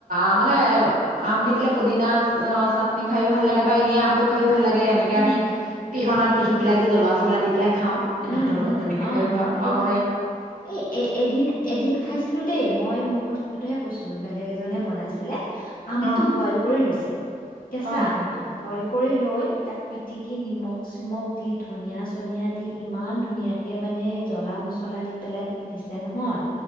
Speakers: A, on the right (about 75°); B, on the left (about 75°).
A: আমানে আম দি পেলাই পদিনা চাটনি খায়ো ভাল লাগে বা ইনে আমটো খায়ো ভাল লাগে। এনেকে
B: উম,
A: আমি পিহনাত পিহি পেলাই যে জলা চলা দি পেলাই খাওঁ সেই
B: উম,
A: ভাতৰ লগত
B: উম,
A: তেনেকে
B: অ',
A: খাইও ভা
B: সেইটো
A: পাওঁ
B: এ এদিন এদিন খাইছিলো দেই মই মোৰ কথা <unintelligible> তোহে কৈছিলো বেলেগ এজনে বনাইছিলে আমটো
A: অ
B: বইল কৰি লৈছো। অ কেচা
A: অ
B: আমটো বইল। কৰি লৈ তাক পিটিকি নিমখ চিমখ দি ধনিয়া চনিয়া দি ইমান ধুনীয়াকে মানে জ্বলা মছলা দি পেলাই দিছে নহয়।